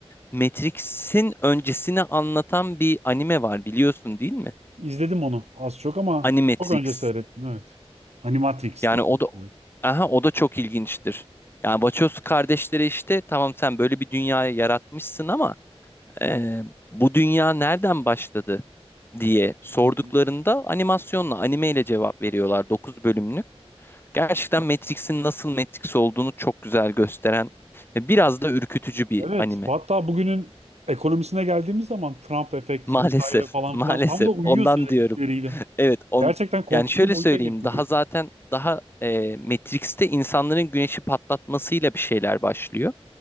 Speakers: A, on the left (about 20°); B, on the right (about 85°).
A: Matrix'in öncesini anlatan bir anime var biliyorsun değil mi?
B: İzledim onu az çok ama
A: Animatrix.
B: çok önce seyrettim, evet. Animatrix
A: Yani
B: diye
A: o
B: geçiyor.
A: da aha o da çok ilginçtir. Yani Wachowski kardeşleri işte tamam sen böyle bir dünyayı yaratmışsın ama e, bu dünya nereden başladı diye sorduklarında
B: Hı hı.
A: animasyonla, animeyle cevap veriyorlar 9 bölümlük. Gerçekten Matrix'in nasıl Matrix olduğunu çok güzel gösteren ve biraz da ürkütücü bir
B: Evet,
A: anime.
B: hatta bugünün ekonomisine geldiğimiz zaman Trump efekt
A: Maalesef,
B: vesaire falan
A: <laughs> maalesef.
B: filan tam da uyuyor
A: Ondan
B: söyledikleriyle.
A: diyorum. <laughs> Evet, on,
B: Gerçekten korkutucu
A: yani şöyle
B: boyuta
A: söyleyeyim
B: getiriyor.
A: daha zaten daha e, Matrix'te insanların güneşi patlatmasıyla bir şeyler başlıyor